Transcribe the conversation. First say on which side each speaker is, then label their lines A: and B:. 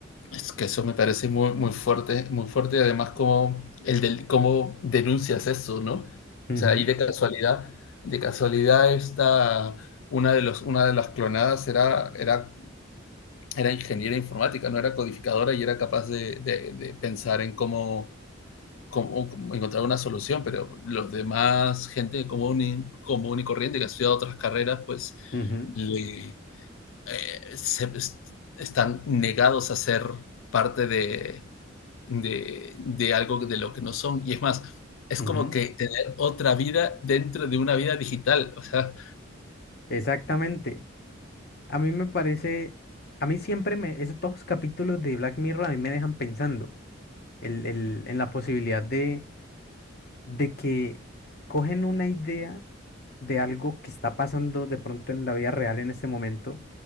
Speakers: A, on the left; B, on the left.
A: es que eso me parece muy, muy fuerte, muy fuerte, y además como el del, cómo denuncias eso, ¿no? O
B: Ujú,
A: sea, ahí de casualidad, de casualidad esta, una de los, una de las clonadas era, era era ingeniera informática, no era codificadora y era capaz de, de, de pensar en cómo, cómo, cómo, encontrar una solución, pero los demás, gente común y, común y corriente que ha estudiado otras carreras, pues
B: ujú,
A: le, eh, se, están negados a ser parte de, de, de algo de lo que no son. Y es más, es
B: ujú.
A: como que tener otra vida dentro de una vida digital. O sea,
B: Exactamente. A mí me parece, a mí siempre me, esos todos los capítulos de Black Mirror a mí me dejan pensando el- el- en la posibilidad de de que cogen una idea de algo que está pasando de pronto en la vida real en este momento